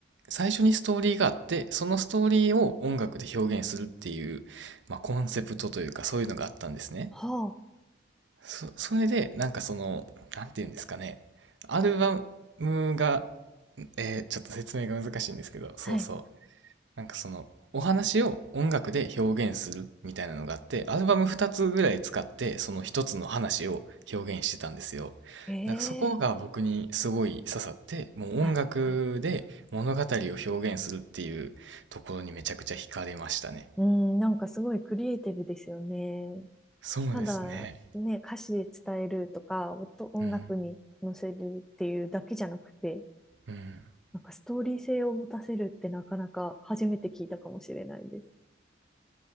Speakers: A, on the right (about 80°); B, in the centre.
A: 最初にストーリーがあって、そのストーリーを音楽で表現するっていう、まあ、コンセプトというかそういうのがあったんですね。
B: は
A: そ、それでなんかその、なんていうんですかね。アルバムが、えーちょっと説明が難しいんですけど、そうそう。
B: あ。はい。
A: なんかそのお話を音楽で表現するみたいなのがあってアルバム2つぐらい使ってその一つの話を表現してたんですよ。
B: ええ
A: なんかそこが僕にすごい刺さってもう音楽で物語を表現するっていうところにめちゃくちゃ惹かれましたね。
B: あ、うん、なんかすごいクリエイティブですよね。
A: そうですね。
B: ただ、ね、歌詞で伝えるとか、音、音楽に乗せるっていうだけじゃなくて、
A: うん。うん。
B: なんかストーリー性を持たせるってなかなか初めて聞いたかもしれないです。